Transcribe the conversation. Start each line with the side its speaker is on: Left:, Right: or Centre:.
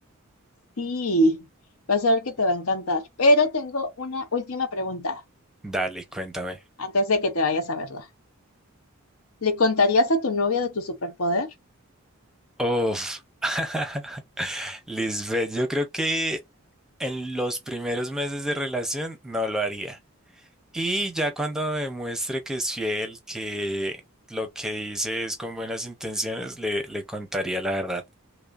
Left: Sí, vas a ver que te va a encantar. Pero tengo una última pregunta
Centre: Dale, cuéntame.
Left: antes de que te vayas a verla. ¿Le contarías a tu novia de tu superpoder?
Centre: Uf. <laughs> Lisbeth, yo creo que en los primeros meses de relación no lo haría. Y ya cuando demuestre que es fiel, que lo que dice es con buenas intenciones, le, le contaría la verdad.